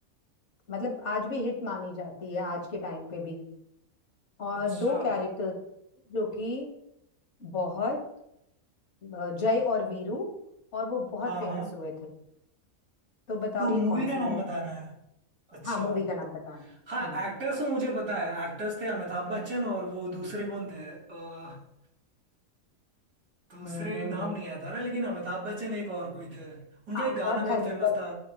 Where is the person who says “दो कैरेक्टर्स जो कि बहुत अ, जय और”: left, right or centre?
Left